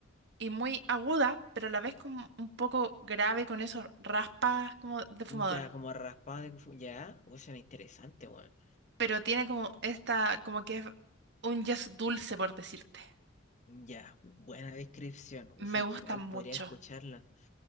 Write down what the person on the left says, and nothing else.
ya, como raspado de... fu- Ya, uy, suena interesante, weón.
Ya, buena descripción, o sea,
que igual
podría escucharla.